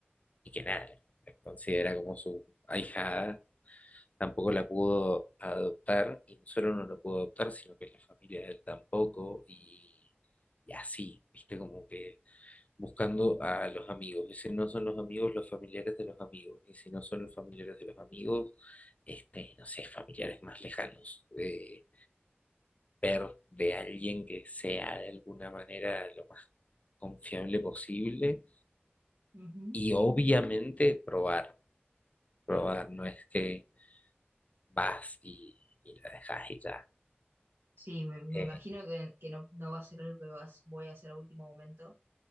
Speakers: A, on the left; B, on the right.
A: y que nada, la considera como su ahijada, tampoco la pudo adoptar y no solo no la pudo adoptar, sino que la familia de él tampoco y, y así, viste, como que buscando a los amigos. Y si no son los amigos, los familiares de los amigos. Y si no son los familiares de los amigos, este, no sé, familiares más lejanos. Eh, ver de alguien que sea de alguna manera lo más confiable posible.
B: ujú,
A: Y obviamente probar, probar,
B: claro.
A: no es que vas y, y la dejas y ya.
B: Sí, me, me
A: Eh,
B: imagino que, que no, no va a ser algo que vas, voy a hacer a último momento.